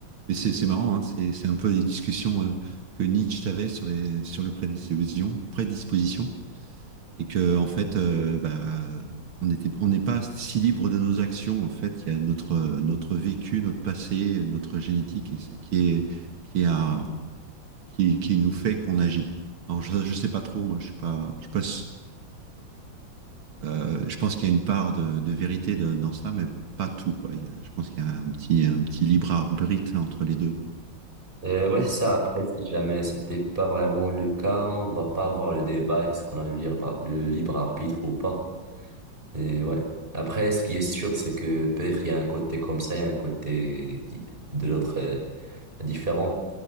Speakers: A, on the right; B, on the right.
A: mais c'est c'est marrant, hein, c'est c'est un peu les discussions euh, que Nietzsche avait sur les sur le prédisposition, prédisposition et que en fait, euh, bah, on était, on n'est pas si libre de nos actions. En fait, il y a notre euh, notre vécu, notre passé, notre génétique et c'est- qui est qui a qui, qui nous fait qu'on agit. Alors je, je sais pas trop, moi, je suis pas je suis pas Euh, je pense qu'il y a une part de, de vérité de, dans ça, mais pas tout. Quoi. Il y a- je pense qu'il y a un petit, un petit libre arbitre entre les deux. Quoi.
B: Euh, ouais, c'est ça. Après, si jamais c'était pas vraiment le cas, on va pas avoir le débat, est-ce qu'on a le libre, le libre arbitre ou pas. Et ouais. Après, ce qui est sûr, c'est que peut-être il y a un côté comme ça, il y a un côté di- de l'autre euh, différent.